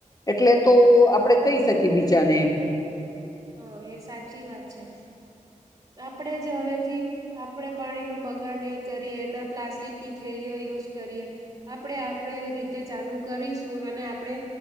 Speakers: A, on the left; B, on the right.
A: એટલે તો આપણેે કહી શકીએ બીજાને એમ
B: હ એ સાચી વાત છે. આપણેે જ હવેથી આપણે પાણી નો બગાડ નહી કરીએ ના પ્લાસ્ટિક ની થેલીઓ યુઝ કરીએ. આપણે આપણે એ રીતે ચાલુ કરીશું અને આ આપડે